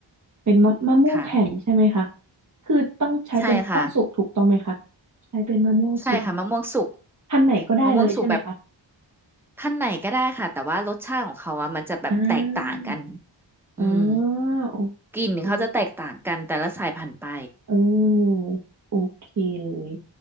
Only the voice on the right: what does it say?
เป็นมะมะม่วงแผ่นใช่ไหมคะ
คือต้องใช้เป็นมะม่วงสุกถูกต้องไหมคะ
ใช้เป็นมะม่วงสุก
พันธุ์ไหนก็ได้เลยใช่ไหมคะ
อ่าอ๋อ
โอเค
เออโอเคเลย